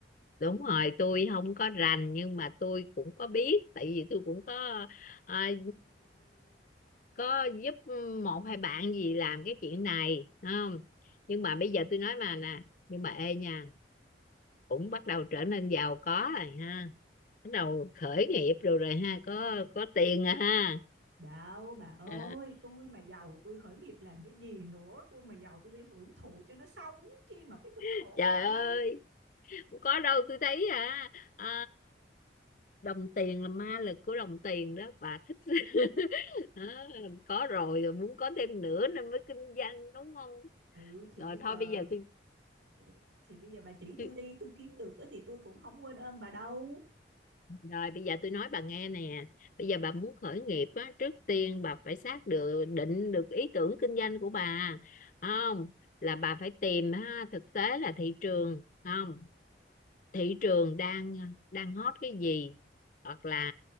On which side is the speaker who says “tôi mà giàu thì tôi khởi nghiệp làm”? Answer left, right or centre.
Right